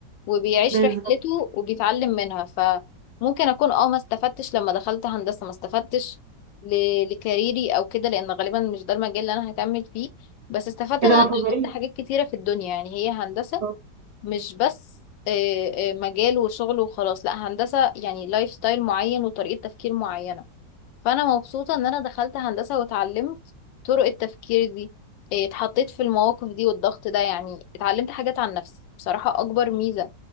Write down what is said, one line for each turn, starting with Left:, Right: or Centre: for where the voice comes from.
Left: وبيعيش
Right: بالظبط
Left: رحلته وبيتعلم منها فممكن اكون اه ما استفدتش لما دخلت هندسة ما استفدتش ل- لكاريري او كده لان غالبا مش ده المجال اللي انا هكمل فيه بس استفدت
Right: كده
Left: ان انا
Right: ما
Left: اتعلمت
Right: تهزريش
Left: حاجات كتيرة في الدنيا يعني هي هندسة
Right: طب
Left: مش بس آه، آه، مجال وشغل وخلاص لا هندسة يعني لايف ستايل معين وطريقة تفكير معينة فانا مبسوطه ان انا دخلت هندسه واتعلمت طرق التفكير دي إيه، اتحطيت في المواقف دي والضغط ده يعني اتعلمت حاجات عن نفسي بصراحه اكبر ميزه